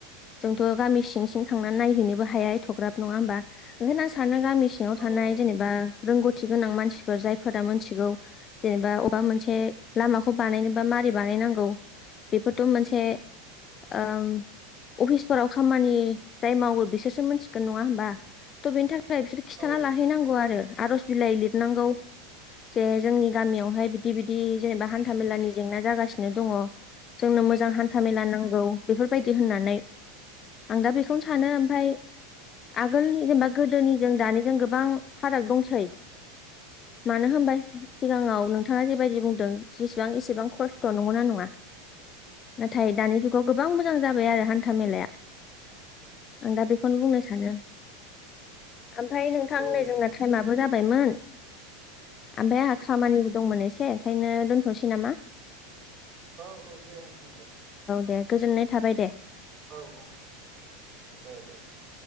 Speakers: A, on the left (about 25°); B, on the right (about 30°).
A: जोंथ' गामि सिं सिं थांनानै नायहैनोबो हाया एथ'ग्राब नङा होमबा ओंखायनो आं सानो गामि सिङाव
B: औ
A: थानाय जेनेबा रोंग'थि गोनां मानसिफोर जायफोरा मोनथि गौ जेनेबा अब्बा मोनसे लामाखौ बानायनोबा मारै बानायनांगौ बेफोरथ' मोनसे ओम अफिसफोराव खामानि जाय मावो बिसोरसो मोनथिगोन नङा होमबा थ' बेनि था खाय बिसोर खिथाना
B: औ
A: लाहैनांगौ आरो आर'ज बिलाइ लिरनांगौ जे जोंनि गामियावहाय बिदि बिदि जेनेबा हान्था मेलानि जेंना जागासिनो दङ' जोंनो मोजां हान्था मेला नांगौ बेफोरबायदि होननानै आं दा बेखौनो सानो ओमफाय आगोलनि जेनेबा गोदोनिजों दानिजों गोबां फाराग दंसै, मानो होमबा सिगाङाव नों थाङा जेबायदि बुंदों जेसेबां इसेबां खस्थ' नंगौना नङा? नाथाय दानि जुगाव गोबां मोजां जाबाय आरो हान्था मेलाया। आं दा बेखौनो बुंनो सानो। ओमफाय नोंथां
B: औ
A: नै जोंना टाइमाबो जाबायमोन आमफाय आंहा खामानिबो दंमोन एसे ओंखायनो दोनथ'नसै नामा?
B: औ औ दे नोंथां दे
A: दे
B: औ।
A: गोजोननाय थाबाय दे
B: औ औ दे दे नोंथां।